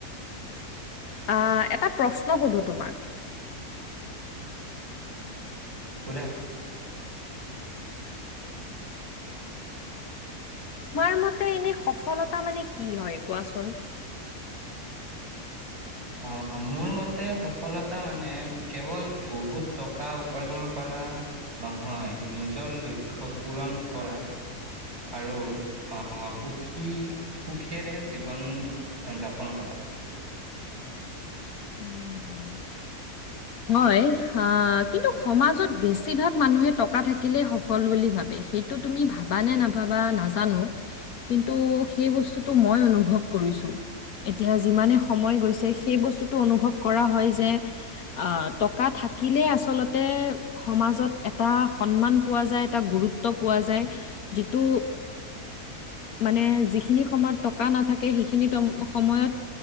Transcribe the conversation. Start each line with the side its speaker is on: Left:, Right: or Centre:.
Left: আহ এটা প্ৰশ্ন সুধো তোমাক।
Right: সুধা।
Left: তোমাৰ মতে এনে সফলতা মানে কি হয় কোৱাচোন।
Right: অ মোৰ মতে সফলতা মানে কেৱল বহুত টকা উপাৰ্জন কৰা ৰা নহয় নিজৰ লক্ষ্য পূৰণ কৰা। আৰু আহ সুখী সুখেৰে জীৱন যাপন কৰা।
Left: উম। হয় আহ কিন্তু সমাজত বেছিভাগ মানুহে টকা থাকিলে সফল বুলি ভাবে। সেইটো তুমি ভাবা নে নাভাবা নাজানো কিন্তু সেই বস্তুতটো মই অনুভৱ ক কৰিছো, এতিয়া যিমানে সময় গৈছে সেই বস্তুটো অনুভৱ কৰা হয় যে। অ টকা থাকিলে আচলতে সমাজত এটা সন্মান পোৱা যায় এটা গুৰু গুত্ব পোৱা যায়, যিটো মানে যিখিনি সময়ত টকা নাথাকে সেইখিনি ট সময়ত।